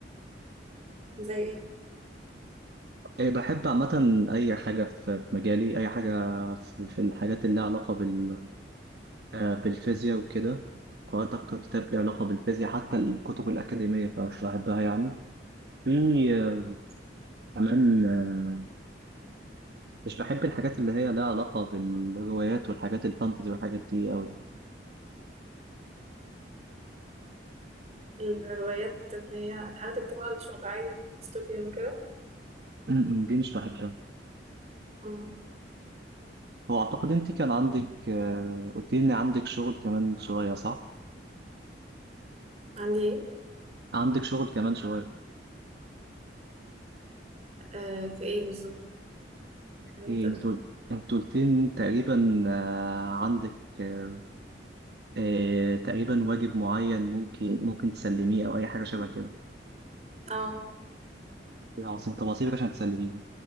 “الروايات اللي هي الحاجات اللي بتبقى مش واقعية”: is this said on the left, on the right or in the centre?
Right